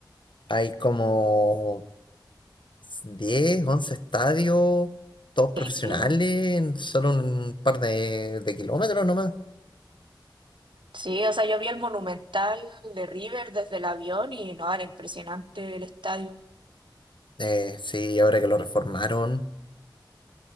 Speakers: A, on the left; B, on the right.
A: Hay como 10, 11 estadios, todos profesionales,
B: ni creo.
A: en solo un par de, de kilómetros nomás.
B: Sí, o sea, yo vi el Monumental de River desde el avión y no, era impresionante el estadio.
A: Eh, sí, ahora que lo reformaron,